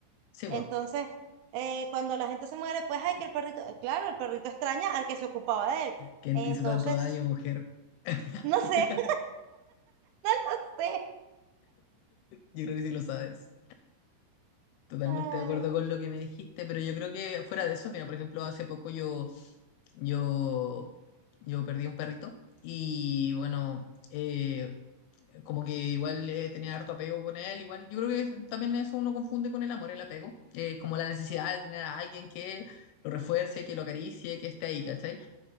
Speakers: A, on the left; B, on the right.
A: Sí,
B: Entonces,
A: po.
B: eh, cuando la gente se muere, pues hay que el perrito, eh, claro, el perrito extraña al que se ocupaba de él.
A: ¿Quién
B: Entonces,
A: te hizo tanto daño, mujer? <laughs>
B: no sé, <laughs> sí.
A: Yo creo que sí lo sabes. Totalmente
B: Ay,
A: de acuerdo con lo que me dijiste, pero yo creo que fuera de eso, mira, por ejemplo, hace poco yo, yo, yo perdí un perrito y bueno, eh, como que igual eh, tenía harto apego con él, igual yo creo que también eso uno confunde con el amor, el apego, eh, como la necesidad de tener a alguien que lo refuerce, que lo acaricie, que esté ahí, ¿cachai?